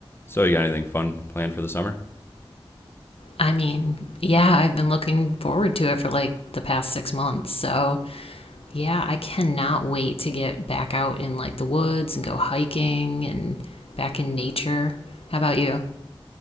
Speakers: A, on the left (about 25°); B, on the left (about 75°).
A: So you got anything fun planned for the summer?
B: I mean, yeah, I've been looking forward to it for like the past six months. So, yeah, I cannot wait to get back out in like the woods and go hiking and back in nature. How about you?